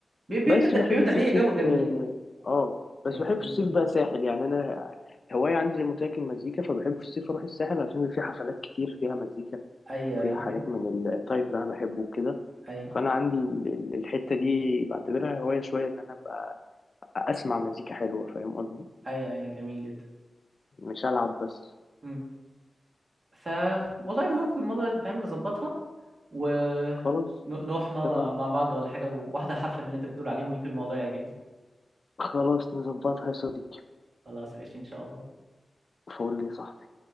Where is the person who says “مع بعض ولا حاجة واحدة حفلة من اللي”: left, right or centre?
Right